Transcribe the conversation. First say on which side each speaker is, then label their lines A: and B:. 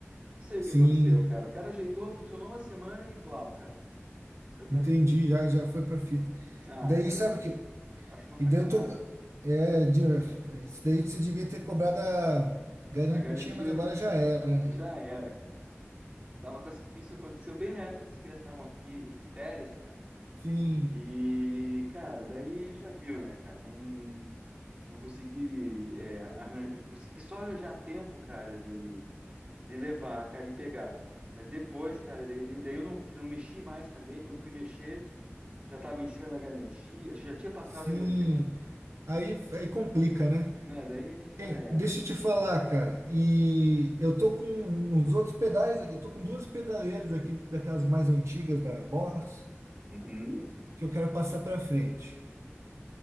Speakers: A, on the right; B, on the right.
A: Eu não sei
B: Sim,
A: o que aconteceu, cara. O cara ajeitou, funcionou uma semana e blau, cara. Foi pra
B: entendi,
A: fita.
B: já já foi para fita.
A: Ah,
B: E daí
A: cara,
B: sabe
A: eu
B: que
A: acho uma sacanagem.
B: E daí eu tô. É, de- isso daí você devia ter cobrado a garantia,
A: A garantia
B: mas
A: eu-
B: agora já era, né?
A: já era, cara. Tava com as... Isso aconteceu bem na época que as crianças estavam aqui de férias, cara.
B: Sim,
A: E, cara, daí já viu, né, cara? Não, não consegui, é, arranjar... consegui só arranjar tempo, cara, de, de levar, cara, e pegar. Mas depois, cara, daí, daí eu não, não mexi mais também. Quando fui mexer, já estava em cima da garantia, acho que já tinha passado
B: sim.
A: a garantia quando
B: Aí, aí complica, né?
A: É, daí já
B: Hein,
A: era.
B: deixa eu te falar, cara. E eu tô com uns outros pedais aqui. Eu tô com duas pedaleiras aqui, daquelas mais antigas da Boss,
A: Uhum.
B: que eu quero passar pra frente.